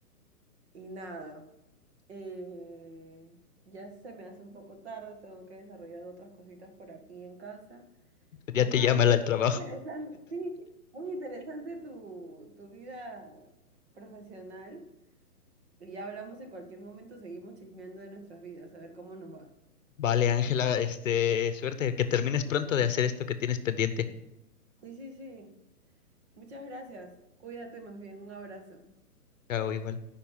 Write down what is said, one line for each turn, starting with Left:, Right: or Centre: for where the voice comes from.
Right: Y nada, eh, ya se me hace un poco tarde, tengo que desarrollar otras cositas por aquí en casa.
Left: Ya
Right: Y
Left: te
Right: nada,
Left: llama el al
Right: pero
Left: trabajo.
Right: muy interesante, sí, muy interesante tu, tu vida profesional. Y ya hablamos en cualquier momento, seguimos chismeando de nuestras vidas, a ver cómo nos va.
Left: Vale, Ángela, este, suerte, que termines pronto de hacer esto que tienes pendiente.
Right: Sí, sí, sí. Muchas gracias. Cuídate más bien. Un abrazo.
Left: Chao, igual.